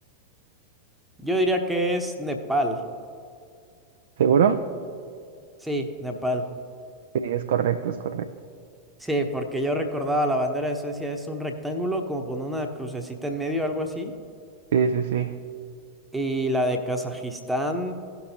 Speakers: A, in the centre; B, on the right (about 60°).
A: Yo diría que es Nepal.
B: ¿Seguro?
A: Sí, Nepal.
B: Sí, es correcto, es correcto.
A: Sí, porque yo recordaba la bandera de Suecia es un rectángulo como con una crucecita en medio, algo así.
B: Sí, sí, sí.
A: Y la de Kazajistán